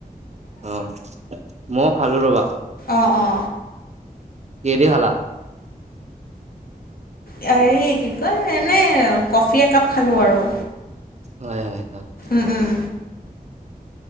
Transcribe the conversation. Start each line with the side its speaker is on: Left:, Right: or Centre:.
Right: অ মইও খালো ৰবা
Left: অ অ
Right: কিহেদি খালা
Left: হেৰি কি কয় এনেই কফি একাপ খালো আৰু
Right: হয় হয় হয়
Left: উম উম